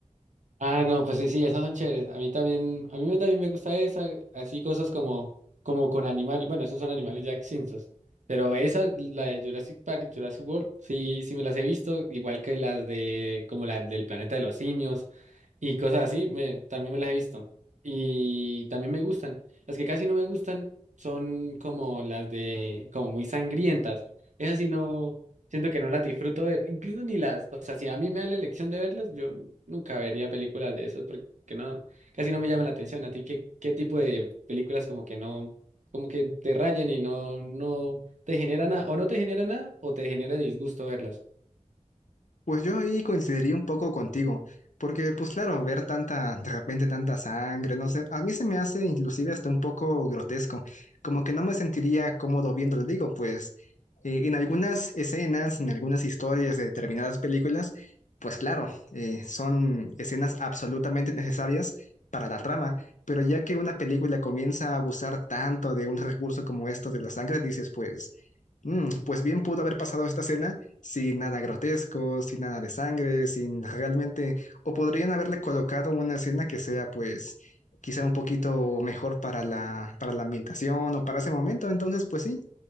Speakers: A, on the right (about 70°); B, on the left (about 70°).
A: Ah, no, pues sí, sí, esas son chéveres. A mí también, a mí me- también me gusta esa, así cosas como, como con animales. Bueno, esos son animales ya extintos. Pero esa, la de Jurassic Park y Jurassic World, sí, sí me las he visto, igual que las de, como las del Planeta de los Simios. y cosas así, me, también me las he visto. Y también me gustan. Las que casi no me gustan son como las de, como muy sangrientas. Esas sí no, siento que no las disfruto ver, incluso ni las, o sea, si a mí me dan la elección de verlas, yo nunca vería películas de esas porque no, casi no me llaman la atención. ¿A ti qué, qué tipo de películas como que no, como que te rayan y no, no te genera nada, o no te genera nada, o te genera disgusto verlas?
B: Pues yo ahí coincidiría un poco contigo, porque pues claro, ver tanta, de repente tanta sangre, no sé, a mí se me hace inclusive hasta un poco grotesco, como que no me sentiría cómodo viéndolo, digo, pues eh, en algunas escenas, en algunas historias de determinadas películas, pues claro, eh, son escenas absolutamente necesarias para la trama, pero ya que una película comienza a abusar tanto de un recurso como esto de la sangre, dices pues... "Mm, pues bien pudo haber pasado esta escena sin nada grotesco, sin nada de sangre, sin realmente, o podrían haberle colocado una escena que sea pues quizá un poquito mejor para la, para la ambientación o para ese momento, entonces pues sí,